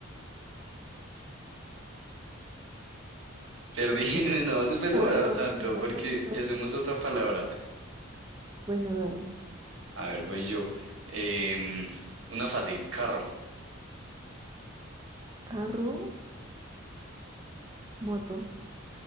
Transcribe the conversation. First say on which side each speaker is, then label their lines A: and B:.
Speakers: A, on the right; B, on the right.
A: Perdí, <laughs> no te puedes
B: No,
A: devorar
B: no,
A: tanto
B: espérate.
A: porque
B: No.
A: y hacemos otra palabra.
B: Bueno, dale.
A: A ver, voy yo. Em, una fácil, carro.
B: Carro, moto.